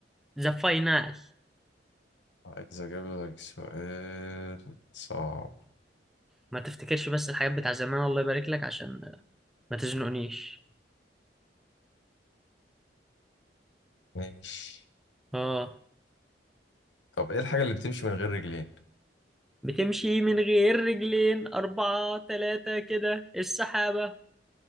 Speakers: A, in the centre; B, on the left.
A: ذا فاينال
B: عايز اجيب لك سؤال صعب
A: ما تفتكرش بس الحاجات بتاع زمان الله يبارك لك عشان ما تزنقنيش
B: ماشي
A: اه
B: طب ايه الحاجة اللي بتمشي من غير رجلين
A: بتمشي من غير رجلين أربعة ثلاثة كده السحابة